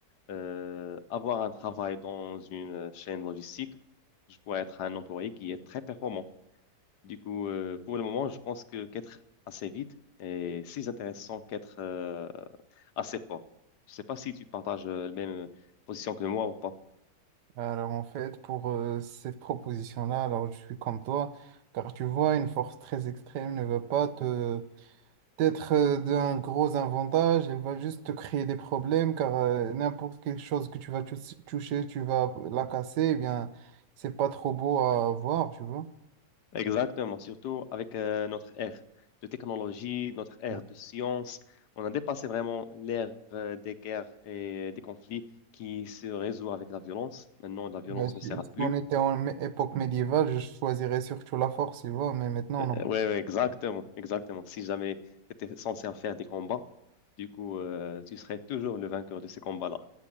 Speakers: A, on the left; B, on the right.
A: euh, avoir un travail dans une euh, chaîne logistique, je pourrais être un employé qui est très performant. Du coup, euh, pour le moment, je pense que qu'être assez vite est si intéressant qu'être euh, assez fort. Je ne sais pas si tu partages euh, la même position que moi ou pas.
B: Alors en fait, pour euh, cette proposition-là, alors je suis comme toi, car tu vois, une force très extrême ne va pas te être euh, d'un gros avantage, elle va juste te créer des problèmes, car euh, n'importe quelle chose que tu vas tou- toucher, tu vas la casser, eh bien, c'est pas trop beau à voir, tu vois.
A: Exactement, surtout avec euh, notre ère de technologie, notre ère
B: Ouais.
A: de science. On a dépassé vraiment l'ère euh, des guerres et des conflits qui se résout avec la violence. Maintenant, la violence
B: Ouais, si,
A: ne sert à
B: si
A: plus.
B: on était en mé- époque médiévale, je choisirais surtout la force, tu vois, mais maintenant,
A: Euh,
B: non.
A: Ouais, ouais, exactement, exactement. Si jamais tu étais censé faire des combats, du coup, euh, tu serais toujours le vainqueur de ces combats-là.